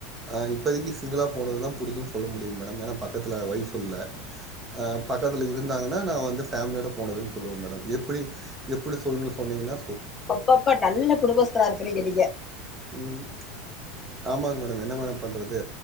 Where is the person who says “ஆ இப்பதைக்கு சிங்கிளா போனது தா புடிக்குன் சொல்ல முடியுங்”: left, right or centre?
Right